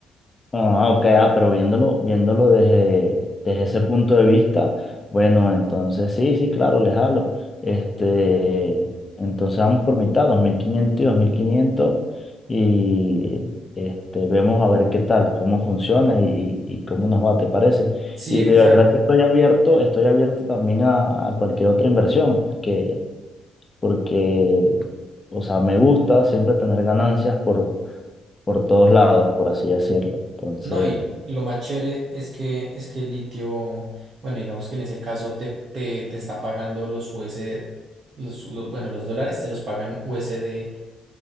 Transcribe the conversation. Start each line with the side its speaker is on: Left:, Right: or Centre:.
Left: Ah, ok, ah, pero viéndolo, viéndolo desde, desde ese punto de vista, bueno, entonces sí, sí, claro, le jalo. Este, entonces vamos por mitad, 2500 y 2500 y este, vemos a ver qué tal, cómo funciona y, y- y cómo nos va, ¿te parece?
Right: Sí,
Left: Y
Right: exacto.
Left: de verdad que estoy abierto, estoy abierto también a, a cualquier otra inversión, que, porque, o sea, me gusta siempre tener ganancias por, por todos lados, por así decirlo. Entonces.
Right: No, y lo más chévere es que, es que el litio, bueno, digamos que en ese caso te, te, te está pagando los USD, los, los- bueno, los dólares te los pagan USD,